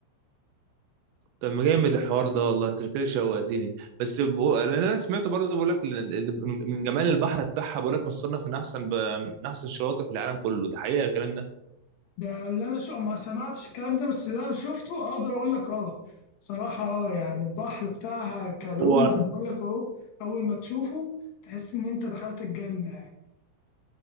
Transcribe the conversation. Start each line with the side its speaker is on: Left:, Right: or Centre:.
Right: طب ما جامد الحوار ده والله انت كده شوقتني بس بو... لان انا سمعت برضه بقول لك ال- ال- من جمال البحر بتاعها بقول لك مصنف من احسن ب... من احسن الشواطئ في العالم كله ده حقيقه الكلام ده
Left: ده اللي أنا شو ما سمعتش الكلام ده بس اللي أنا شفته أقدر أقول لك أه صراحة أه يعني البحر بتاعها كالون
Right: هو
Left: أنا بقول لك أهو أول ما تشوفه تحس إن أنت دخلت الجنة